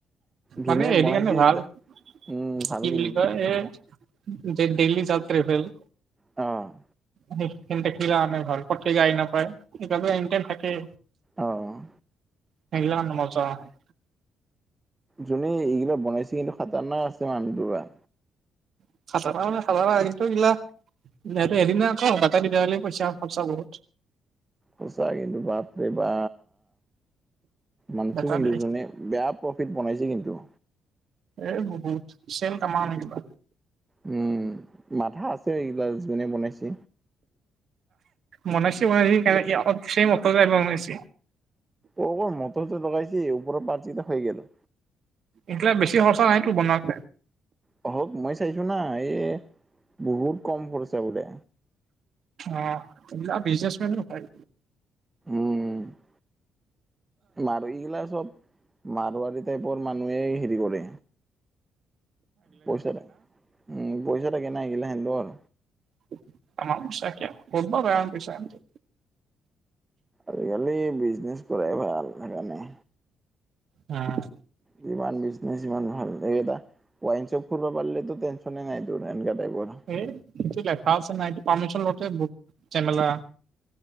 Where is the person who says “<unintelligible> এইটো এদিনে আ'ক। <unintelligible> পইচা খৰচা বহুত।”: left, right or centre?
Right